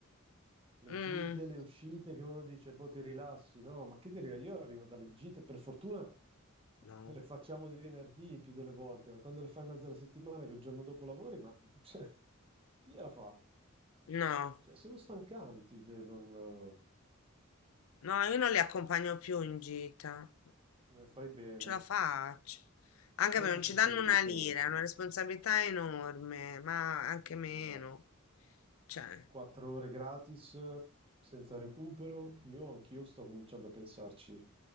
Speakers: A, on the right; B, on the left.
A: Le
B: Mm,
A: gite, le uscite, che uno dice, boh, ti rilassi, no? Ma che dire, io arrivo dalle gite, per fortuna
B: No.
A: le facciamo di venerdì più delle volte, ma quando le fai in mezzo alla settimana, che il giorno dopo lavori, ma <laughs> cioè, chi la fa?
B: no,
A: Cioè, sono stancanti, cioè, non, non
B: no, io non li accompagno più in gita.
A: ne fai bene.
B: ce la faccio. Anche
A: Sai
B: perché
A: che
B: non
A: ci
B: ci
A: sto
B: danno
A: riflettendo
B: una lira,
A: anch'io.
B: è una responsabilità enorme, ma anche meno.
A: Esatto.
B: Cioè,
A: Quattro ore gratis, senza recupero, io anch'io sto cominciando a pensarci.